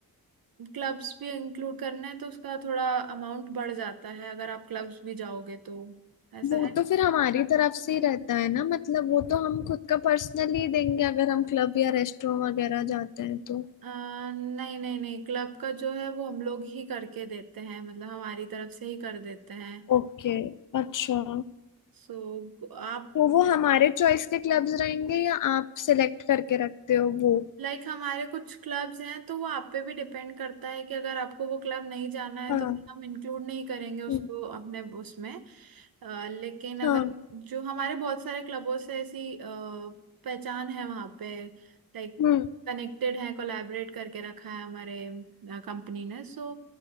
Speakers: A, on the right (about 75°); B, on the left (about 60°).
A: क्लब्स भी इंक्लूड करना है तो उसका थोड़ा अमाउंट बढ़ जाता है अगर आप क्लब्स भी जाओगे तो ऐसा
B: वो
A: है
B: तो फिर हमारी तरफ से ही रहता है ना मतलब वो तो हम खुद का पर्सनली देंगे अगर हम क्लब या रेस्टोरेंट वगैरह जाते हैं तो
A: अ, नहीं नहीं नहीं क्लब का जो है वो हम लोग ही करके देते हैं मतलब हमारी तरफ से ही कर देते हैं
B: ओके अच्छा
A: सो आप
B: तो वो हमारे चॉइस के क्लब्स रहेंगे या आप सिलेक्ट करके रखते हो वो
A: लाइक like, हमारे कुछ क्लब्स हैं तो वो आप पे भी डिपेंड करता है कि अगर आपको वो क्लब नहीं जाना है
B: हाँ
A: तो फिर हम इंक्लूड नहीं करेंगे उसको
B: हम्म,
A: अपने उसमें अ, लेकिन
B: हाँ
A: अगर जो हमारे बहुत सारे क्लबों से ऐसी अ, पहचान है वहाँ पे लाइक
B: हम्म
A: कनेक्टेड है कोलैबोरेट करके रखा है हमारे कंपनी ने सो